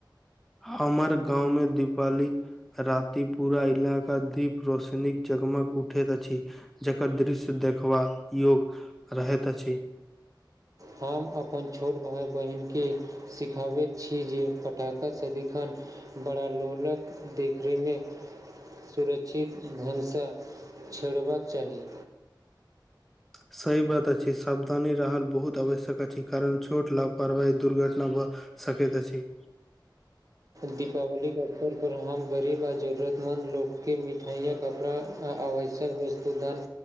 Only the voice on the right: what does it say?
हम अपन छोट भाइ बहिनके सिखाबैत छी जे पटखा सदिखन बड़ा लोलक देखेमे सुरक्षित ढनसँ छेड़बाक चाही
दीपावलीके अवसर पर हम गरीब आओर जरूरतमन्द लोकके मिठाइयाँ कपड़ा आ आवश्यक वस्तु दान